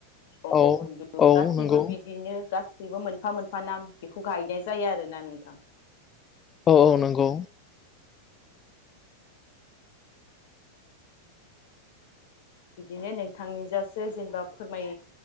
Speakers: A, on the left; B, on the left.
A: अंग
B: औ
A: बन्धु
B: औ
A: गासैबो
B: नंगौ
A: बिदिनो गास बिबो मोनफा मोनफा नाम बेखौ गायनाय जायो आरोना नोंथां।
B: औ औ नंगौ
A: बिदिनो नोंथांनिजासो जेनेबा फोरमाय